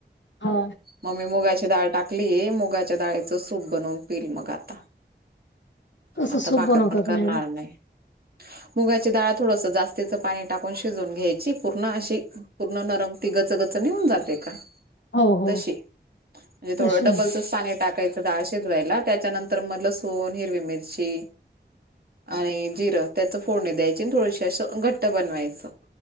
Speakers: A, on the left; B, on the right.
A: हा
B: म मी मुगाची डाळ टाकली मुगाच्या डाळीचं सूप बनवून पिल मग आता
A: कसं
B: आता
A: सूप
B: भाकर
A: बनवतात
B: पण करणार
A: मॅडम?
B: नाय. मुगाची डाळ थोडस जास्तीच पाणी टाकून शिजून घ्यायची पूर्ण अशी पूर्ण नरम ति गचग च निहून जाते का
A: हो, हो.
B: तशी म्हजे
A: तशी
B: थोडं डबलचच पाणी टाक कायचं डाळ शिजवायला त्याच्यानंतर म लसूण, हिरवी मिरची आणि जिरं त्याच फोडणी द्यायची आणि थोडीशी असं घट्ट बनवायचं.